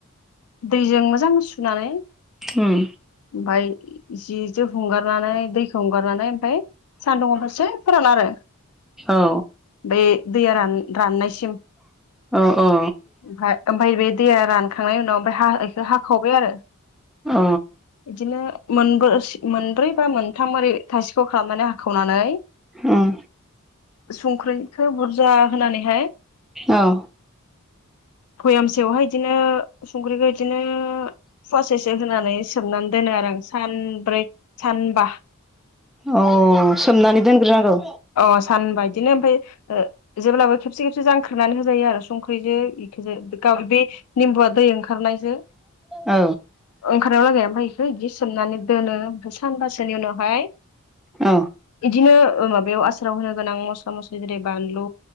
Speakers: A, on the left; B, in the centre.
A: दैजों मोजां सुनानै ओमफाय
B: उम
A: जि जो हगारनानै दैखौ हगारनानै ओमफाय सान्दुंङाव दसे फोरान आरो
B: औ
A: बे दैया रान राननायसिम।
B: औ औ
A: ओमफाय ओमफाय बे दैया रानखांनायनि उनाव ओमफाय हा हाखावबाय आरो।
B: अ।
A: इदिनो मोनब्रो मोनब्रै बा मोनथाम ओरै थायसेखौ खालामनानै हाखावनानै
B: उम
A: संख्रिखौ बुरजा होनानैहाय
B: औ।
A: बयामसेयावहाय इदिनो संख्रिखौ इदिनो फवासेसो होनानै सोमनानै दोनो आरो आं सानब्रै सानबा।
B: अ सोमनानै दोनग्रोनांगौ।
A: अ सानबा इदिनो ओमफाय ओ जेब्लाबो खेबसे खेबसे जांख्रनानै होजायो आरो संख्रिजो इखोजो गाव बे निम्बुआ दै ओंखारनायजो
B: औ
A: ओंखारनाया लागै ओमफाय इखो इदि सोमनानै दोनो ओमफाय सानबासोनि उनावहाय
B: औ
A: इदिनो माबायाव आसाराव होनो गोनां मस्ला मस्लि जेरै बानलु